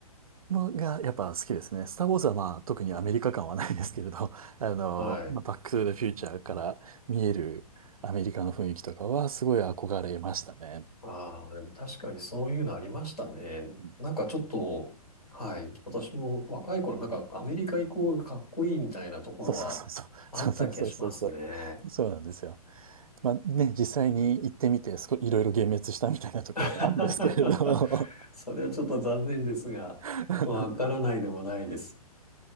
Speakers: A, on the right; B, on the left.
A: もがやっぱ好きですね。スター・ウォーズはまあ特にアメリカ感はないですけれど、<laughs> あの、
B: はい。
A: まあ、バック・トゥ・ザ・フューチャーから見えるアメリカの雰囲気とかはすごい憧れましたね。
B: ああ、でも確かにそういうのありましたね。
A: うん
B: なんかちょっと、はい。私も若い頃、なんかアメリカイコールかっこいいみたいなところはあった気がしますね。
A: そうそうそうそう。<laughs> そうそうそうそうそう。そうなんですよ。まあね、実際に行ってみて、すこいろいろ幻滅したみたいなところもあるんですけれど。
B: <laughs> それはちょっと残念ですが、
A: <laughs>
B: わからないでもないです。